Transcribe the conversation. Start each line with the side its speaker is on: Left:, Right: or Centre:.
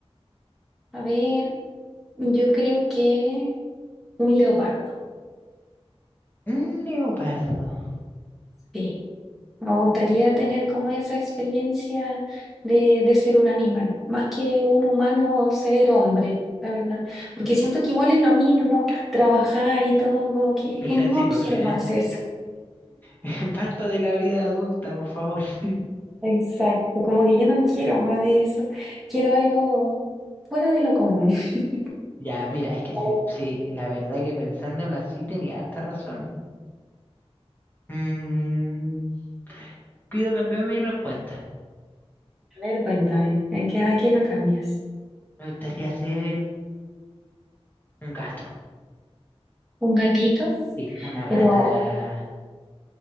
Centre: a ver, yo creo que un leopardo,
Left: un leopardo.
Centre: sí. Me gustaría tener como esa experiencia de, de ser un animal, más que un humano o ser hombre, la verdad. Porque siento que igual es lo mismo, trabajar y todo, como que
Left: O
Centre: eh,
Left: sea,
Centre: no
Left: sí, por
Centre: quiero
Left: fin,
Centre: más
Left: ¿eh?
Centre: eso.
Left: <laughs> Basta de la vida adulta, por favor. <laughs>
Centre: Exacto, como que yo no quiero más de eso. Quiero algo fuera de lo común. <laughs>
Left: Ya, mira, es que sí,
Centre: A lo-
Left: sí, la verdad que pensándolo así tenía harta razón. Mm, pido cambiar mi respuesta.
Centre: a ver, cuéntame, ¿en qué, a qué lo cambias?
Left: Me gustaría ser un gato.
Centre: ¿Un gatito?
Left: Sí, una gata
Centre: Pero